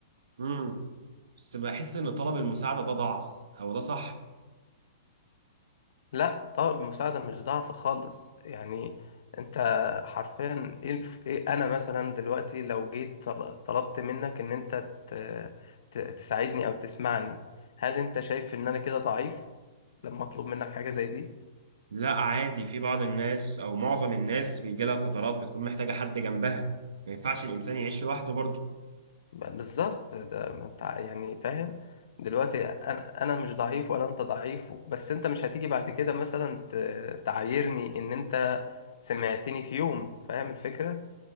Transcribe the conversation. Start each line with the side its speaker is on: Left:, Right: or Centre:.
Right: امم بس بحس ان طلب المساعده ده ضعف هو ده صح
Left: لا طبعا المساعدة مش ضعف خالص يعني انت حرفيا ايه الف- إيه انا مثلا دلوقتي لو جيت طل- طلبت منك ان انت ت- ت- تساعدني او تسمعني هل انت شايف ان انا كده ضعيف لما اطلب منك حاجة زي دي
Right: لا عادي في بعض الناس او معظم الناس بيجي لها فترات بتكون محتاجه حد جنبها ما ينفعش الانسان يعيش لوحده برضه
Left: بالظبط ده ما انت ع- يعني فاهم دلوقتي انا انا مش ضعيف ولا انت ضعيف بس انت مش هتيجي بعد كده مثلا ت- تعايرني ان انت سمعتني في يوم فاهم الفكرة